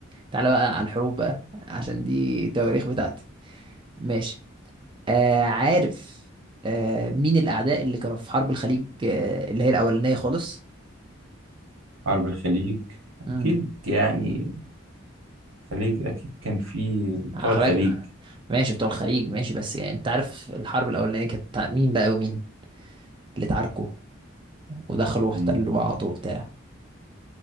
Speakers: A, on the right (about 25°); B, on the right (about 80°).
A: تعالى بقى على الحروب بقى عشان دي التواريخ بتاعتي ماشي آه عارف آه مين الأعداء اللي كانوا في حرب الخليج آه اللي هي الأولانية خالص
B: حرب الخليج أكيد
A: امم
B: يعني الخليج اكيد كان في بتوع
A: خلاك
B: الخليج
A: ماشي بتوع الخليج ماشي بس يعني أنت عارف الحرب الأولانية كانت بتاع مين بقى ومين اللي اتعاركوا ودخلوا واحتلوا
B: مم.
A: بعض وبتاع